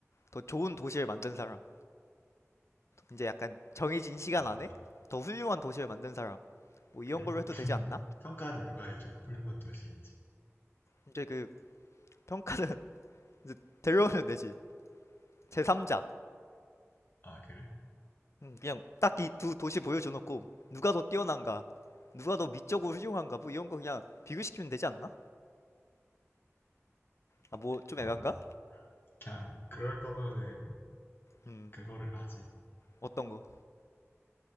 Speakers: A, on the left; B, on the left.
A: 더 좋은 도시를 만든 사람, 이제 약간 정해진 시간
B: 어
A: 안에 더 훌륭한 도시를 만든 사람, 뭐 이런
B: 그래?
A: 걸로 해도 되지 않나?
B: 평가는 누가 해줘? 훌륭한 도시인지.
A: 이제 그 평가는 <laughs> 이제 데려오면 되지. 제3자.
B: 아 그래?
A: 그냥 딱 이 두 도시 보여줘놓고 누가 더 뛰어난가, 누가 더 미적으로 훌륭한가, 뭐 이런 거 그냥 비교시키면 되지 않나? 아, 뭐 좀
B: 어
A: 애간가?
B: 그냥 그럴 거면은
A: 음,
B: 그거를 하지.
A: 어떤 거?